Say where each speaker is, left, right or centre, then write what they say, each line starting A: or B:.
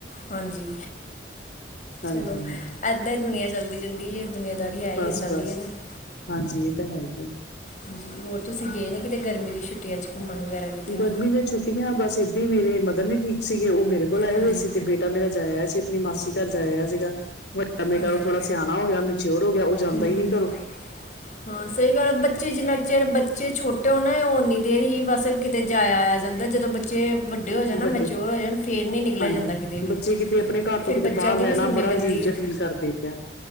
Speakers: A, on the left; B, on the left.
A: ਹਾਂਜੀ,
B: ਹਾਂਜੀ
A: ਚਲੋ ਏਦਾਂ ਈ ਦੁਨੀਆਂ ਚੱਲਦੀ ਜਾਂਦੀ ਐ, ਦੁਨੀਆਂਦਾਰੀ ਹੈ ਈ
B: ਬਸ
A: ਇੱਦਾਂ ਦੀ
B: ਬਸ
A: ਐ। ਹ <inaudible>
B: ਹਾਂਜੀ, ਇਹ ਤਾਂ ਹੈਈ ਐ।
A: ਹਾਂਜੀ, ਹੋਰ ਤੁਸੀਂ ਗਏ ਨੇ ਕਿਤੇ ਗਰਮੀ ਦੀ ਛੁੱਟਿਆਂ ਚ ਘੁੰਮਣ ਵਗੈਰਾ। ਕਿਤੇ ਵੀ
B: ਗਰਮੀ ਨੇ ਛੁੱਟੀਆਂ ਬਸ ਏਦਾਂ ਈ ਮੇਰੇ ਮਦਰ ਨੀ ਠੀਕ ਸੀਗੇ ਉਹ ਮੇਰੇ ਕੋਲ ਆਏ
A: ਹਾਂਜੀ
B: ਹੋਏ ਸੀ ਤੇ ਬੇਟ ਟਾ ਮੇਰਾ ਜਾ ਆਇਆ ਸੀ ਅਪਣੀ ਮਾਸੀ ਘਰ ਜਾ ਆਇਆ ਸੀਗਾ। ਵਡਾ ਬੇਟਾ
A: ਹਾਂਜੀ
B: ਉਹ ਥੋੜਾ ਸਿਆਣਾ ਹੋ ਗਿਆ, ਮੇਚਓਰ ਹੋ ਗਿਆ ਉਹ ਜਾਂਦਾ
A: ਹੂੰ
B: ਈ
A: ਹੂੰ
B: ਨੀ ਘਰੋ।
A: ਹਾਂ ਸਹੀ ਗੱਲ ਬੱਚੇ ਜਿੰਨਾ ਚਿਰ ਬੱਚੇ ਛੋਟੇ ਹੋ ਨਾ ਉਹ ਉਨੀ ਦੇਰ ਹੀ ਬਸ ਤੇ ਜਾਇਆ-ਆਇਆ ਜਾਂਦਾ, ਜਦੋਂ ਬੱਚੇ ਵੱਡੇ ਹੋ ਜਾਣ
B: ਵੱਡੇ
A: ਮੈਚੋਰ ਹੋ ਜਾਣ ਫੇਰ ਨੀ ਨਿਕਲਿਆ
B: ਹਾਂਜੀ
A: ਜਾਂਦਾ। ਕਿਤੇ ਵੀ
B: ਬੱਚੇ ਕਿਤੇ ਆਪਣੇ ਘਰ
A: ਫਿਰ
B: ਤੋਂ ਕਿਤੇ
A: ਬੱਚਿਆਂ
B: ਬਾਹਰ
A: ਦੀ
B: ਰਹਿਣਾ
A: ਵੀ ਸੁਣਨੀ
B: ਬੜਾ
A: ਪੈਂਦੀ
B: ਅਜੀਬ ਜਿਹਾ
A: ਹੈ
B: ਫੀਲ ਕਰਦੇ ਆ।